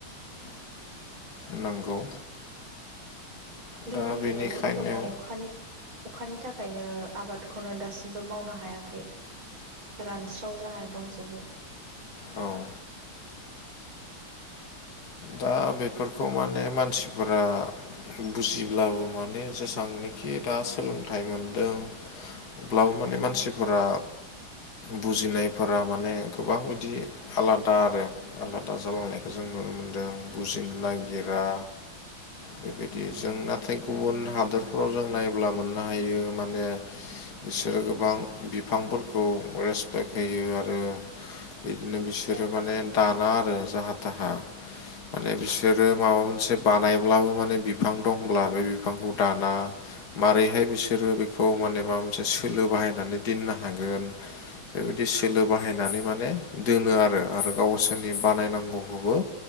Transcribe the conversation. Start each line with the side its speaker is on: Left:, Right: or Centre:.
Right: औ
Left: नंगौ
Right: जोंनि
Left: दा बेनिखायनो
Right: जायगायावबोथ दङ अखानि अखानि थाखायनो आबादखौनो दासिमबो मावनो हायाखै रानस्राव जानानै दंजोबो
Left: औ दा बेफोरखौ माने मानसिफोरा बुजिब्लाबो माने जेसेबांनोखि दा सोलोंथाइ मोनदों अब्लाबो माने मानसिफोरा बुजिनायफोरा माने गोबां बिदि आलादा आरो आलादा जालांनायखौ जों नुनो मोन दों बुजिनो नागिरा बेबायदि
Right: उम
Left: जों नाथाय गुबुन हादोरफ्राव जों नायोब्ला मोननो हायो माने बिसोरो गोबां बिफांफोरखौ रेस सिायखयो आरो बिदिनो बिसोरो
Right: केयार
Left: माने
Right: खालामोना
Left: दाना
Right: बिसोरो
Left: आरो जाहा थाहा माने बिस बिोरो माबा मोनसे बानायब्लाबो माने बिफां दंब्ला बे बिफांखौ दाना माबारैहाय बिसोरो बेखौ माने माबा मोनसे सोलो बाहायनानै दोननो हागोन। बेबायदि सोलो बाहायनानै माने दोनो आरो आरो गावसोरनि बानायनांगौखौबो।